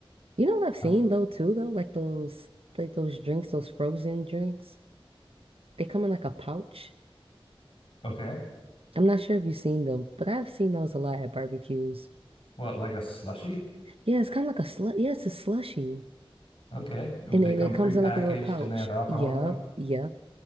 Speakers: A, on the right; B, on the left.
A: You know what I've seen
B: Huh.
A: though too though? Like those like those drinks, those frozen drinks. They come in like a pouch.
B: Okay.
A: I'm not sure if you've seen them, but I've seen those a lot at barbecues.
B: What, like a slushy?
A: Yeah, it's kind of like a slu yeah, it's a slushy.
B: Okay. Would
A: And
B: They
A: then
B: come
A: it comes
B: pre-packaged
A: in like a little pouch.
B: and they have alcohol
A: Yep,
B: in them?
A: yep,